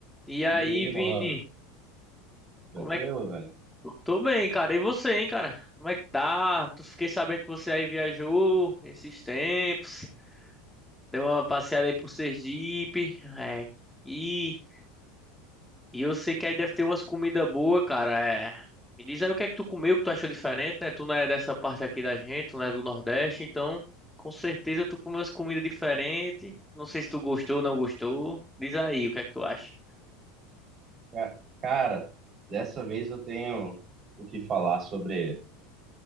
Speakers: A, in the centre; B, on the right (about 35°).
A: E aí,
B: E aí,
A: Vini?
B: Mohamed?
A: Como
B: Tranquilo,
A: é que.
B: velho?
A: Tô bem, cara. E você, hein, cara? Como é que tá? Tu fiquei sabendo que você aí viajou esses tempos. Deu uma passeada aí por Sergipe. É. E, e eu sei que aí deve ter umas comidas boas, cara. É. Me diz aí o que é que tu comeu, que tu achou diferente, né? Tu não é dessa parte aqui da gente, tu não é do Nordeste, então com certeza tu comeu umas comidas diferentes. Não sei se tu gostou ou não gostou. Diz aí o que é que tu acha.
B: Ca- Cara, dessa vez eu tenho o que falar sobre,